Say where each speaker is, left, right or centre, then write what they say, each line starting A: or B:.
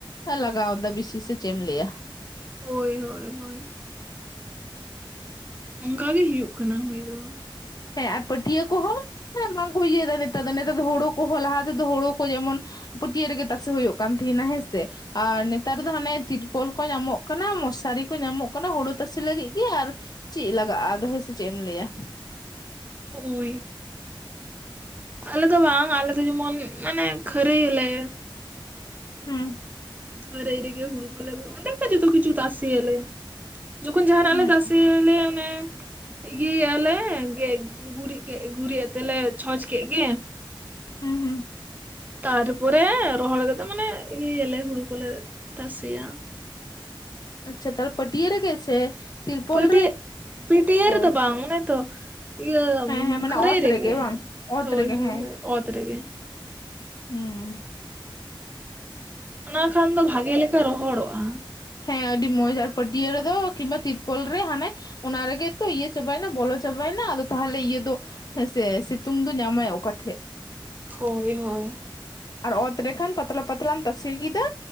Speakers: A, on the left; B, on the right.
A: ᱮ ᱞᱟᱜᱟᱣᱫᱟ ᱵᱤᱥᱤ ᱥᱮ ᱪᱮᱜ ᱮᱢ ᱞᱟᱹᱭᱟ?
B: ᱦᱳᱭ ᱦᱳᱭ ᱦᱳᱭ᱾ ᱚᱝᱠᱟᱜᱮ ᱦᱩᱭᱩᱜ ᱠᱟᱱᱟ ᱦᱩᱭ ᱫᱚ᱾
A: ᱦᱮᱸ ᱟᱨ ᱯᱟᱹᱴᱭᱟᱹ ᱠᱚᱦᱚᱸ ᱢᱮ ᱵᱟᱝᱠᱚ ᱤᱭᱟᱹᱭᱮᱫᱟ ᱱᱮᱛᱟᱨ ᱫᱚ ᱱᱮᱛᱟᱨ ᱫᱚ ᱦᱳᱲᱳ ᱠᱚᱦᱚᱸ ᱞᱟᱦᱟ ᱛᱮᱫᱚ ᱦᱩᱲᱩ ᱠᱚ ᱡᱮᱢᱚᱱ ᱯᱟᱹᱴᱭᱟᱹ ᱨᱮᱜᱮ ᱛᱟᱥᱮ ᱦᱩᱭᱩᱜ ᱠᱟᱱ ᱛᱟᱦᱮᱱᱟ ᱦᱮᱸ ᱥᱮ᱾ ᱟᱨ ᱱᱮᱛᱟᱨ ᱫᱚ ᱦᱟᱱᱮ ᱛᱤᱨᱯᱚᱞ ᱠᱚ ᱧᱟᱢᱚᱜ ᱠᱟᱱᱟ, ᱢᱚᱥᱟᱨᱤ ᱠᱚ ᱧᱟᱢᱚᱜ ᱠᱟᱱᱟ, ᱦᱩᱲᱩ ᱛᱟᱥᱮ ᱞᱟᱹᱜᱤᱜ ᱜᱮ ᱟᱨ ᱪᱮᱜ ᱞᱟᱜᱟᱜᱼᱟ ᱟᱫᱚ ᱦᱮᱸᱥᱮ ᱪᱮᱜ ᱮᱢ ᱞᱟᱹᱭᱟ?
B: ᱦᱳᱭ᱾ ᱟᱞᱮ ᱫᱚ ᱵᱟᱝ ᱟᱞᱮ ᱫᱚ ᱡᱮᱢᱚᱱ ᱢᱟᱱᱮ ᱠᱷᱟᱹᱨᱟᱹᱭᱟᱞᱮ᱾
A: ᱦᱩᱸ
B: ᱠᱷᱟᱹᱨᱟᱹᱭ ᱨᱮᱜᱮ ᱦᱩᱲᱩ ᱠᱚ ᱞᱮ ᱚᱸᱰᱮ ᱜᱮ ᱡᱷᱚᱛᱚ ᱠᱤᱪᱷᱩ ᱛᱟᱥᱮᱭᱟᱞᱮ᱾ ᱡᱚᱠᱷᱚᱱ ᱡᱟᱦᱱᱟᱜ
A: ᱦᱩᱸ
B: ᱞᱮ ᱛᱟᱥᱮᱭᱟᱞᱮ ᱚᱱᱮ ᱤᱭᱟᱹᱭᱟᱞᱮ ᱜᱮᱡ ᱜᱩᱨᱤᱜ ᱠᱮᱜ ᱜᱩᱨᱤᱜ ᱟᱛᱮ ᱞᱮ ᱪᱷᱚᱸᱪ ᱠᱮᱜ ᱜᱮ᱾
A: ᱦᱩᱸ ᱦᱩᱸ
B: ᱛᱟᱨᱯᱚᱨᱮ ᱨᱚᱦᱚᱲ ᱠᱟᱛᱮᱜ ᱢᱟᱱᱮ ᱤᱭᱟᱹᱭᱟᱞᱮ ᱦᱩᱲᱩ ᱠᱚᱞᱮ ᱛᱟᱥᱮᱭᱟ᱾
A: ᱟᱪᱪᱷᱟ ᱛᱟᱦᱞᱮ ᱯᱟᱹᱴᱭᱟᱹ ᱨᱮ ᱜᱮ ᱥᱮ? ᱛᱤᱨᱯᱚᱞ
B: ᱯᱟᱹᱴᱭᱟᱹ ᱯᱤᱴᱭᱟᱹ ᱨᱮᱫᱚ
A: ᱚ
B: ᱵᱟᱝ, ᱚᱱᱮ ᱛᱚ ᱤᱭᱟᱹ ᱩᱸ
A: ᱦᱮᱸ ᱦᱮᱸ ᱢᱟᱱᱮ
B: ᱠᱷᱟᱹᱨᱟᱹᱭ
A: ᱚᱛ
B: ᱨᱮᱜᱮ
A: ᱵᱟᱝ ᱚᱛ
B: ᱦᱳᱭ
A: ᱨᱮᱜᱮ
B: ᱦᱳᱭ
A: ᱦᱮᱸ
B: ᱦᱳᱭ ᱚᱛ ᱨᱮᱜᱮ᱾
A: ᱦᱩᱸ
B: ᱚᱱᱟ ᱠᱷᱟᱱ ᱫᱚ ᱵᱷᱟᱜᱮ ᱞᱮᱠᱟ ᱨᱚᱦᱚᱲᱚᱜᱼᱟ᱾
A: ᱦᱮᱸ ᱟᱹᱰᱤ ᱢᱚᱸᱡᱽ ᱟᱨ ᱯᱟᱹᱴᱭᱟᱹ ᱨᱮᱫᱚ ᱠᱤᱢᱵᱟ ᱛᱤᱨᱯᱚᱞ ᱨᱮ ᱦᱟᱱᱮ ᱚᱱᱟ ᱨᱮᱜᱮ ᱛᱚ ᱤᱭᱟᱹ ᱪᱟᱵᱟᱭᱱᱟ ᱵᱚᱞᱚ ᱪᱟᱵᱟᱭᱱᱟ ᱟᱫᱚ ᱛᱟᱦᱚᱞᱮ ᱤᱭᱟᱹ ᱫᱚ ᱦᱮᱸᱥᱮ ᱥᱤᱛᱩᱝ ᱫᱚ ᱧᱟᱢᱟᱭ ᱚᱠᱟᱴᱷᱮᱜ?
B: ᱦᱳᱭ ᱦᱳᱭ᱾
A: ᱟᱨ ᱚᱛ ᱨᱮᱠᱷᱟᱱ ᱯᱟᱛᱞᱟ ᱯᱟᱛᱞᱟᱢ ᱛᱟᱥᱮ ᱠᱮᱫᱟ